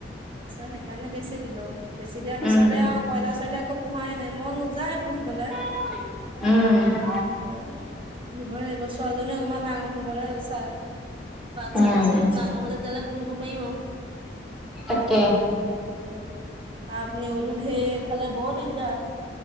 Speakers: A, on the right; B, in the centre.
A: তাৰছত সেইকাৰণে বেছি দিলো। বেছি দিয়াৰ পিছতে
B: উম,
A: আও কয়লাৰ-চয়লাৰ একো পোহাই নাই, মন যায় পুহিবলে।
B: উম।
A: অ', পুহিবয়ে লাগিব ছোৱালীজনী অকণমান ডাঙৰ হ'বলৈ চা বাট চাই
B: উম,
A: আছো, ডাঙৰ হ'লে তেতিয়ালে পুহিব পাৰিম আও।
B: তাকে।
A: উম, আপনি আৰু ধেই ইফালে বৰ দিগদাৰ।